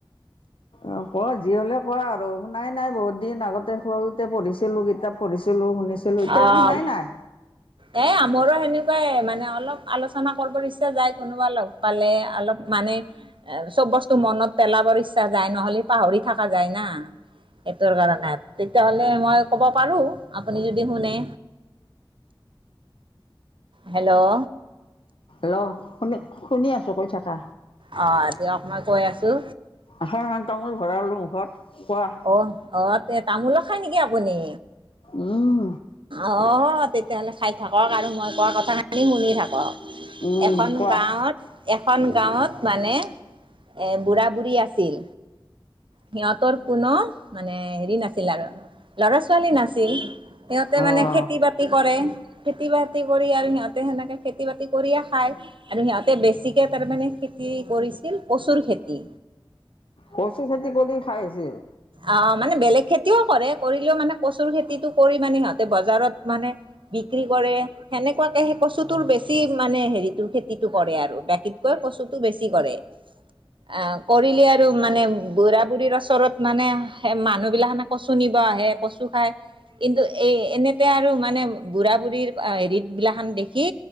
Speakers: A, on the left; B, on the right.
A: অ ক যি হ'লে ক আৰু শুনাই নাই বহুত দিন আগতে সৰুতে পঢ়িছিলো কি কিতাপ পঢ়িছিলো শুনিছিলো এতিয়া
B: অ'
A: শুনাই নাই
B: এ আমাৰো হেনেকুৱাই মানে অলপ আলোচনা কৰিব ইচ্ছা যায় কোনোবা লগ পালে অলপ মান মানে চব বস্তু মনত পেলাবৰ ইচ্ছা যায় নহলে পাহৰি থকা যায় না সেইটোৰ কাৰণে তেতিয়াহলে মই ক'ব পাৰো আপুনি যদি শুনে হেল্ল'
A: ল শুনি শুনি আছো কৈ থাকা
B: অ' দিয়ক মই কৈ আছোঁ
A: এখন মান তামোল ভৰালো মুখত কোৱা
B: অ আহ তামোলো খাই নেকি আপুনি?
A: উম
B: অ' তেতিয়াহ'লে খাই থাকক আৰু মই কোৱা কথাখিনি শুনি থাকক
A: উম
B: এখন
A: কোৱা
B: গাঁৱত এখন গাঁৱত মানে এ বুঢ়া বুঢ়ী আছিল সিহঁতৰ কোনো মানে হেৰি নাছিল আৰু ল'ৰা ছোৱালী নাছিল সিহঁতে
A: অ'
B: মানে খেতি বাতি কৰে খেতি বাতি কৰি আৰু সিহঁতে হেনেকে খেতি বাতি কৰিয়ে খায় আৰু সিহতে বেছিকে তাৰমানে খেতি কৰি ছিল কচুৰ খেতি
A: কচু খেতি কৰি খাই আছিল
B: অ মানে বেলেগ খেতি খেতিও কৰে কৰিলেও মানে কচুৰ খেতিতটো কৰি মানে সিহঁতে বজাৰত মানে বিক্ৰী কৰে হেনে হেনেকুৱাকে সেই কচুটোৰ বেছি মানে হেৰিটো খেতিটো কৰে আৰু বাকীতকৈ কচুটো বেছি কৰে অ কৰিলি আৰু মানে বুঢ়া বুঢ়ী ৰ ওচৰত মানে মানুহ বিলাকখানে কচু নিব আহে কচু খায় কিন্তু এই এনেতে আৰু মানে বুঢ়া বুঢ়ীৰ হেৰিত বিলাখন দেখি